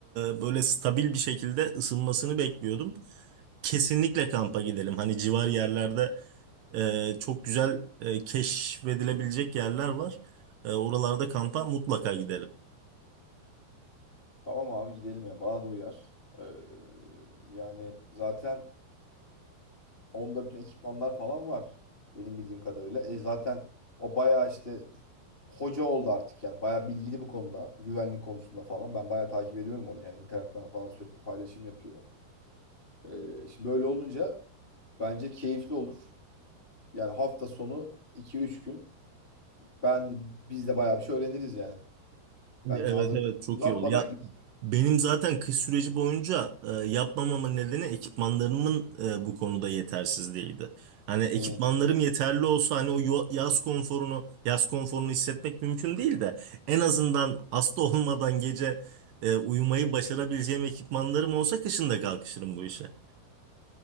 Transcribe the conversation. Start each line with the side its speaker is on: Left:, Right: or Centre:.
Right: e, böyle stabil bir şekilde ısınmasını bekliyordum. Kesinlikle kampa gidelim. Hani civar yerlerde Ee, çok güzel e, keşfedilebilecek yerler var. Ee, oralarda kampa mutlaka gidelim.
Left: Tamam abi gidelim yani. Bana da uyar. Ee, yani zaten onda bütün ekipmanlar falan var. Benim bildiğim kadarıyla. E zaten o bayağı işte hoca oldu artık yani. Bayağı bilgili bu konuda. Güvenlik konusunda falan. Ben bayağı takip ediyorum onu yani. İnternetten falan sürekli paylaşım yapıyor. Ee, şimdi böyle olunca bence keyifli olur. Yani hafta sonu iki üç gün ben de, biz de bayağı bir şey öğreniriz yani. Bence
Right: Evet
Left: hazır
Right: evet çok
Left: uzatmadan
Right: iyi olur. Ya
Left: gidelim.
Right: benim zaten kış süreci boyunca e, yapmamamın nedeni ekipmanlarımın e, bu konuda yetersizliğiydi. Hani ekipmanlarım
Left: Hmm,
Right: yeterli olsa hani o yo- yaz konforunu yaz konforunu hissetmek mümkün değil de en azından hasta <laughs> olmadan gece e, uyumayı başarabileceğim ekipmanlarım olsa kışın da kalkışırım bu işe.